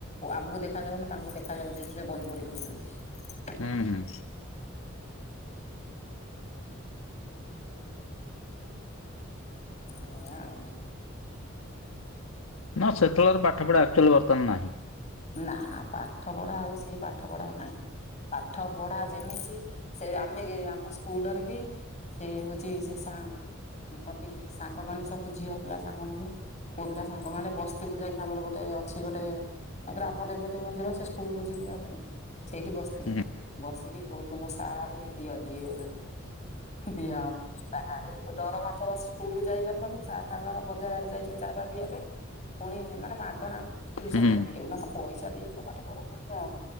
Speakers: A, on the left (about 35°); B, on the left (about 85°).
A: ଆମକୁ ଦେଖା ଯାଉନି ତାଙ୍କୁ ଦେଖ ଖାଇ ଯାଉଛନ୍ତି ସେ ବହି ବଢ଼ି ଦେଉଛନ୍ତି।
B: ହୁଁ ହୁଁ।
A: ଆଇଁ ଆଉଁ।
B: ନା ସେତବେଳର ପାଠ ପଢା ଆକ୍ଚୁଆଲି ବର୍ତ୍ତମାନ ନାହିଁ।
A: ନା ପାଠ ପଢ଼ା ଆଉ ସେ ପାଠ ପଢ଼ା ନାହିଁ। ପାଠ ପଢ଼ା ଯେମିତି ସେ ଆମେ ଆମ ସ୍କୁଲରେ ବି। ସେ ହଉଛି ସେ ସା କତି ସାଙ୍ଗମାନେ ସବୁ ଝିଅ ପିଲା ସାଙ୍ଗମାନେ ପୁଅ ପିଲା ସାଙ୍ଗମାନେ ବସ୍ତିିବୁ ଯାଇଁ ଆମର ଗୋଟେ ଅଛି ଗୋଟେ ଗ୍ରାମ ଦେବତୀ ମନ୍ଦିର ସେ ସ୍କୁଲକୁୁ ଯିବୁ ଆମେ ସେଇଠି ବସିଥିବୁ।
B: ହୁଁ
A: ବସିକି କହୁଥୁ ସାରେ ଦିଅ ଦିଏ ଦିଅ ଆମକୁ ବାହାରେ ଡରମାଡ଼ୁ ଥିବ ସ୍କୁଲ କୁ ଯାଇପାରୁନୁ ଥିବୁ ସାର ତାଙ୍କର ବଜାର ଆଡେ ଯାଇଥିବ ଚା ଫା ପିଇବା ପାଇଁ। ପୁଣି ଏମାନେ ମାଗଣା ଅମକୁବି। ଟ୍ୟୁସନ
B: ହୁଁ
A: କରିପାରିବୁ ନା ତ ପଇସା ଦେଇକି ତ ପାଠ ପଢ ଉ ନାହିଁନ୍ତି। ଆଉ